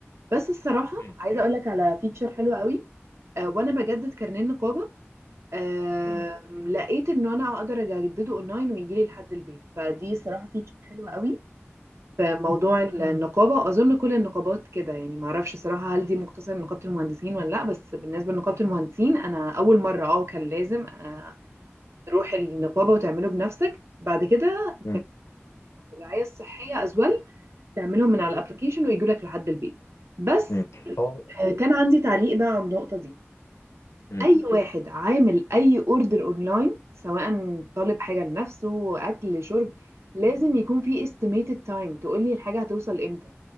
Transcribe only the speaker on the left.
مم.
مم.
مم.
امم
امم هو
امم